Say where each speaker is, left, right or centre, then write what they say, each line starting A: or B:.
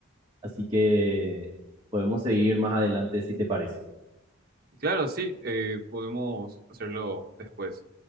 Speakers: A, on the right; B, on the right.
A: así que podemos seguir más adelante si te parece.
B: Claro, sí, eh, podemos hacerlo después.